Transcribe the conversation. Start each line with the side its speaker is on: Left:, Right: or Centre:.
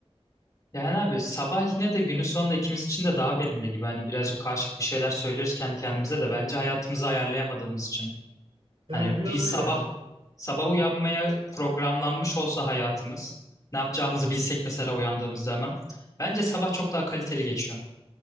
Left: Yani abi sabah yine de günün sonunda ikimiz için de daha verimli gibi. Hani birazcık karşıt bir şeyler söylüyoruz kendi kendimize de bence hayatımızı ayarlayamadığımız için.
Right: Yani
Left: Hani
Right: biraz
Left: bir
Right: öyle.
Left: sabah sabah uyanmaya programlanmış olsa hayatımız, ne yapacağımızı
Right: Hı hı.
Left: bilsek mesela uyandığımızda hemen. Bence sabah çok daha kaliteli geçiyor.